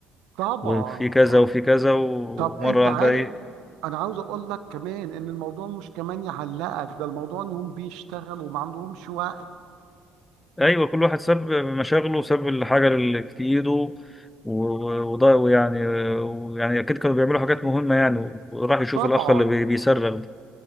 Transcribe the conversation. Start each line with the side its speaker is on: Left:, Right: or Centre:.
Right: طبعا
Left: وفي كذا
Right: اه
Left: وفي كذا ومرة
Right: طب انت
Left: واحدة
Right: عارف
Left: ايه
Right: انا عاوز اقول لك كمان ان الموضوع مش كمان يعلقك ده الموضوع انهم بيشتغلوا وما عندهمش وقت
Left: ايوه كل واحد ساب مشاغله وساب الحاجة اللي في ايده وده ويعني ويعني اكيد كانوا بيعملوا حاجات مهمة يعني وراح يشوف
Right: طبعا
Left: الاخ اللي بي- بيصرخ ده